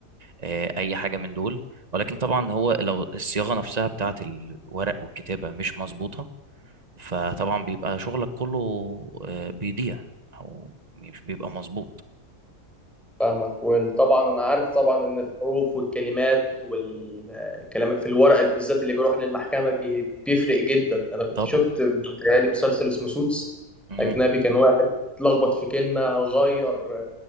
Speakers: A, on the right; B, in the centre.
A: آه، اي حاجة من دول ولكن طبعا هو لو الصياغة نفسها بتاعت الورق والكتابة مش مظبوطة فطبعا بيبقى شغلك كله آه، بيضيع او مش بيبقى مظبوط
B: فاهمك وطبعا انا عارف طبعا ان الحروف والكلمات والكلام في الورق بالذات اللي بيروح للمحكمه بي- بيفرق جدا انا كنت
A: طبعا
B: شفت بيتهيألي مسلسل اسمه سوتس
A: مم.
B: اجنبي كان واحد اتلخبط في كلمه غير